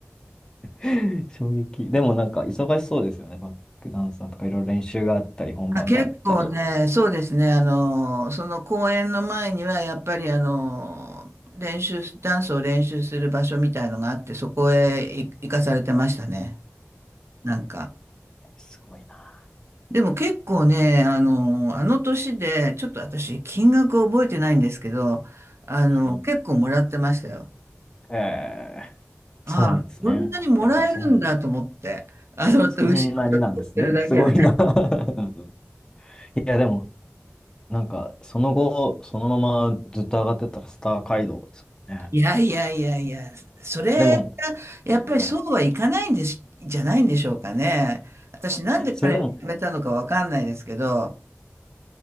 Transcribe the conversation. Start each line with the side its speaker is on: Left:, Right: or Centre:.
Left: え <laughs> 衝撃。でもなんか忙しそうですよね。バックダンサーとかいろいろ練習があったり、本番があったり。
Right: あ、結構ね、そうですね、あの、その公演の前には、やっぱり、あの、練習す、ダンスを練習する場所みたいのがあって、そこへい行かされてましたね、なんか。
Left: すごいな。
Right: でも結構ね、あの、あの年で、ちょっと私、金額覚えてないんですけど、あの、
Left: うん
Right: 結構もらってましたよ。
Left: ええ
Right: ああ、
Left: そうなんですね。
Right: こんなにもらえるんだと思って、
Left: やっぱりそう、
Right: あの、後ろで
Left: そんなになんですね。
Right: 踊ってるだけで。
Left: すごいな。<laughs> いや、でも、なんか、その後、そのままずっと上がってったらスター街道ですもんね。
Right: いやいやいやいや、それが、
Left: でも、すごいはい。
Right: やっぱりそうはいかないんです、じゃないんでしょうかね。私、なんで彼が辞めたのかわかんないですけど。
Left: ね、それでも、